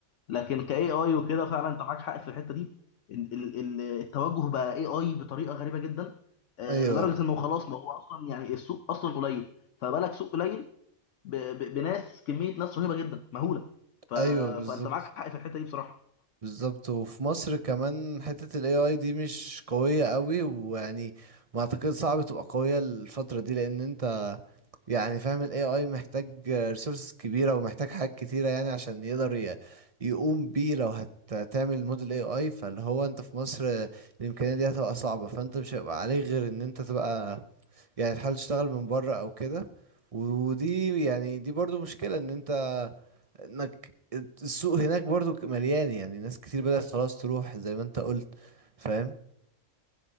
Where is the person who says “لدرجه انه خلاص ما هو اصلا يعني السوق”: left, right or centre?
Left